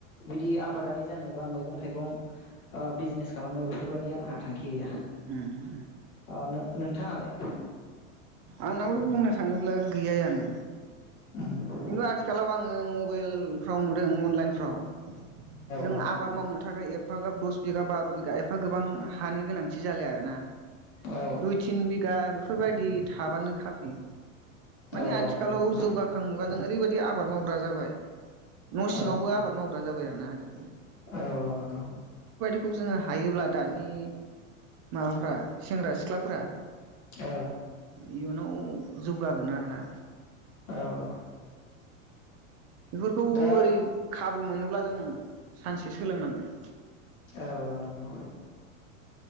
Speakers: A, on the left; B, on the right.
A: बिदि आबादारि जानो बा मैगं थाइगं बिजनेस खालामनो बेफोर बायदि आंहा थांखि। गैया
B: उम
A: अ नोंथाङालाय।
B: आंनाबोथ' बुंनो थाङोब्ला। गैयानो।
A: औ
B: खिन्थु आथिखालाव आङो मबाइलफ्राव नुदों अनलाइनफ्राव जों
A: औ
B: आबाद मावनो थाखाय एप एफाग्राब दस बिगा बार' बिगा एफा गोबां हानि गोनांथि जालाय आरोना
A: औ
B: दुइ तिन बिगा। बेफोरबायदि। थाबानो खाफै माने
A: औ
B: आथिखालाव
A: औ नंगौ नंगौ
B: जौगाखां। मुगाजों ओरैबायदि आबाद मावग्रा जाबाय। न' सिङावबो
A: औ
B: आबाद मावग्रा जाबाय आरोना आजि खालि।
A: औ औ नोंगौ।
B: खौ जोङो हायोब्ला दानि माबाफ्रा सेंग्रा सिख्लाफोरा।
A: औ
B: इयुनाव। जौगागोन आरोना।
A: औ औ
B: बेफोरखौ
A: दा
B: ओरै खाबु मोनोब्ला जोङो। सानसे सोलोंनांगोन।
A: औ औ नोंगौ।